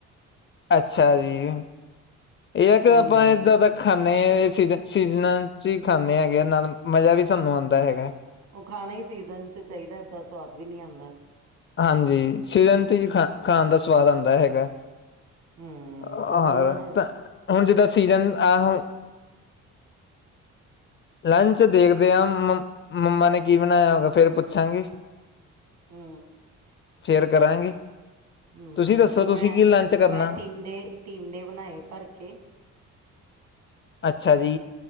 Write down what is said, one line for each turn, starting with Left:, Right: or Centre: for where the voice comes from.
Left: ਅੱਛਾ ਜੀ, ਇਹ ਕਿ
Right: ਹਮ
Left: ਆਪਾਂ ਏਦਾਂ ਦਾ ਖਾਂ, ਖਾਂਦੇ ਹੈ ਸੀਜਨਾਂ ਚ ਹੀ ਖਾਂਦੇ ਹੈਗੇ ਆ ਨਾਲ ਮਜ਼ਾ ਵੀ ਸਾਨੂੰ ਆਉਂਦਾ ਹੈਗਾ
Right: ਉਹ ਖਾਣਾ ਹੀ ਸੀਜਨ ਚ ਚਾਹੀਦਾ ਏਦਾਂ ਸਵਾਦ ਵੀ ਨਹੀਂੀ ਆਉਂਦਾ
Left: ਹਾਂਜੀ ਸੀਜ਼ਨ ਤੇ ਖਾ ਖਾਣ ਦਾ ਸਵਾਦ ਆਂਦਾ ਹੈਗਾ।
Right: ਹੂੰ,
Left: ਆਹਾਰ
Right: ਹੁਣ ਹੈ
Left: ਤਾਂ ਹੁਣ ਜਿੱਦਾਂ ਸੀਜਨ ਅਹ ਲੰਚ ਦੇਖਦੇ ਆ ਮੰਮਾ ਨੇ ਕੀ ਬਣਾਇਆ ਹੋਗਾ ਫੇਰ ਪੁੱਛਾਂਗੀ।
Right: ਹੂੰ।
Left: ਫੇਰ ਕਰਾਂਗੇ।
Right: ਹੂੰ
Left: ਤੁਸੀਂ ਦੱਸੋ ਤੁਸੀਂ
Right: ਮੈਂ-
Left: ਕੀ ਲੰਚ ਕਰਨਾ
Right: ਮੈਂ ਟਿੰਡੇ- ਟਿੰਡੇ ਬਣਾਏ ਭਰ ਕੇ। ਓਕੇ
Left: ਅੱਛਾ ਜੀ